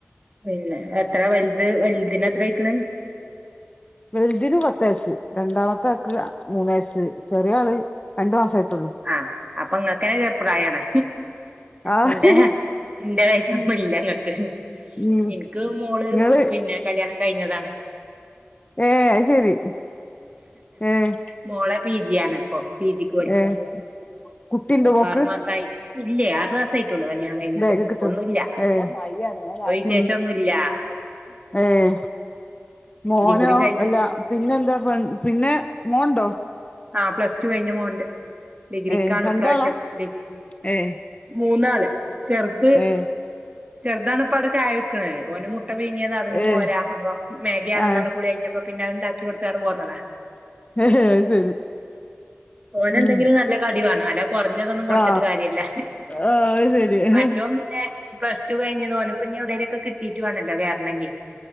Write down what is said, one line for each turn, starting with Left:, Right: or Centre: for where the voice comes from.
Right: പിന്നെ എത്ര വലുത് വലുതിന് എത്ര അയിക്ക്ണ്
Left: വലുതിന് പത്തുവയസ് രണ്ടാമത്തെ ആക്ക് മൂന്നുവയസ് ചെറിയ ആള് രണ്ടു മാസം ആയിട്ടുള്ളു
Right: ആഹ് അപ്പൊ ഇങ്ങക്കെ ചെറു പ്രായണ്‌
Left: ആഹ്
Right: നിന്റെ എന്റെ വയസ്
Left: ഉം
Right: ഒന്നും ഇല്ല നിങ്ങക്ക്
Left: ഉം
Right: എനിക്ക് മോള്
Left: ഇങ്ങള്
Right: പിന്നെ കല്യാണ കഴിഞ്ഞതാണ്
Left: ഏയെ ശരി ഏഹ്
Right: മോള് പിജിയാണ് ഇപ്പൊ പിജിക്ക് പഠിക്കുവാ
Left: ഏഹ് കുട്ടിണ്ട്
Right: ഇപ്പൊ
Left: മോക്ക്
Right: ആറുമാസായി ആ ഇല്ലേ ആറു മാസാ ആയിട്ടൊള്ളു കല്യാണം കഴിഞ്ഞിട്ട്
Left: ബാഗ്
Right: ഇപ്പൊന്നുല്ല.
Left: <unintelligible>
Right: വിശേഷം ഒന്നുമില്ല
Left: ഏയ് മോനോ
Right: കൂടി കഴിഞ്ഞ്
Left: എല്ലാ പിന്നെ എന്താ പിന്നെ മോൻ ഉണ്ടോ
Right: ആഹ് പ്ലസ് ടു കഴിഞ്ഞ മോനുയുണ്ട് ഡിഗ്രിക്കാണ്
Left: ഏ രണ്ടാളാ
Right: ഇപ്രാവശ്യം ഡി
Left: ഏ
Right: മൂന്നാള് ചെറുത്
Left: ഏ
Right: ചെറുതാണ് ഇപ്പ അവിടെ ചായ വിക്ക്ണത് ഓന് മു ട്ട പുഴുങ്ങിയത് അതൊന്നും
Left: ഏ
Right: പോരാ അപ്പൊ മാഗിയാണെന്ന്
Left: ആ
Right: പറഞ്ഞ് കുളി കഴിഞ്ഞപ്പോ പിന്നെ അതുണ്ടാക്കി കൊടുത്താണ് പോന്നതാ
Left: അത് ശരി
Right: ഓന്
Left: ഉം
Right: എന്തെങ്കിലും നല്ല കടിവാണോ അല കൊറഞ്ഞതൊന്നും കൊടുത്തിട്ട്
Left: ആ
Right: കാര്യമില്ല
Left: ആ അത് ശരി
Right: മറ്റോൻ
Left: ഉം
Right: പിന്നെ പെസ് - റ്റു കഴിഞ്ഞ താ ഓന്പ്പന്ന് എവിടേലൊക്കെ കിട്ടീട്ട് വേണലോ കേറണൊങ്കി